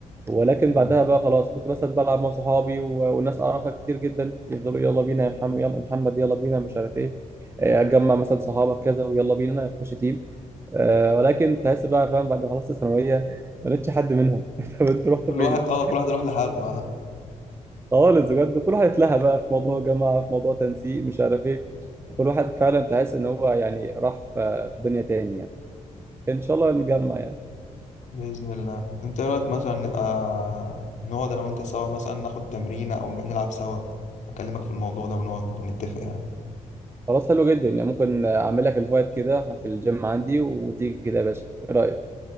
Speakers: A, on the right; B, on the left.
A: ولكن بعدها
B: مم.
A: بقى خلاص كنت مثلا بلعب مع صحابي و- والناس اعرفها كتير جدا يفضلوا يلا بينا يا محمد يلا يا محمد يلا بينا مش عارف ايه آه، اتجمع مثلا صحابك كذا ويلا بينا نخش تيم آه، ولكن تحس بقى فاهم بعد ما خلصت الثانويه ما لقيتش حد منهم <laughs> طب انتوا رحتوا
B: كل
A: فين؟
B: واحد أه كل واحد راح لحاله بعدها
A: خالص بجد كل واحد اتلهى بقى في موضوع جامعه في موضوع تنسيق مش عارف ايه فكل واحد فعلا تحس ان هو يعني راح في في دنيا تاني يعني ان شاء الله نجمع يعني
B: بإذن الله أنت إيه رأيك مثلا نبقى نقعد أنا وأنت سوا مثلا ناخد تمرينة أو نبقى نلعب سوا أكلمك في الموضوع ده ونقعد نتفق يعني
A: خلاص حلو جدا يعني ممكن اعمل لك الفايت كده في الجيم عندي وتيجي كده يا باشا ايه رايك؟